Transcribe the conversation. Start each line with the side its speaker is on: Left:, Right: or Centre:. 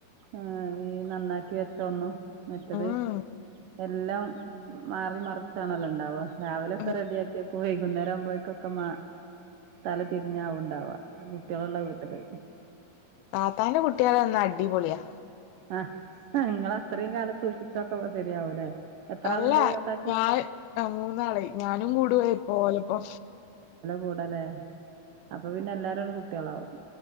Right: ആഹ് ഈ നന്നാക്കി വെച്ചൊന്നും മറ്റെത്
Left: ഉം
Right: എല്ലം മാറി മറിച്ചാണെല്ലോ ഇണ്ടാവാ രാവിലെ ഒക്കെ
Left: ഉം
Right: റെഡിയാക്കിയക്കും വൈകുന്നേരം ആവുമ്പോഴേക്കൊക്കെ മാ തല തിരിഞ്ഞാവുണ്ടാവാ കുട്ട്യള്
Left: ഉം
Right: ഇള്ള വീട്ടില്
Left: താത്താന്റെ കുട്ട്യള് വന്നാ അടിപൊളിയാ
Right: ആഹ് ഇങ്ങള് അത്രേം കാലം സൂക്ഷിച്ചൊക്കെ പ്പ ശരിയാവൂല്ലേ എത്ര
Left: അള്ളാ
Right: ആളുണ്ട് താത്താക്ക്
Left: ഞാൻ മൂന്നാളായി ഞാനും കൂടും ഓലപ്പോ
Right: കൂടലേ അപ്പൊ പിന്നെ എല്ലാരടും കുട്ട്യളാവും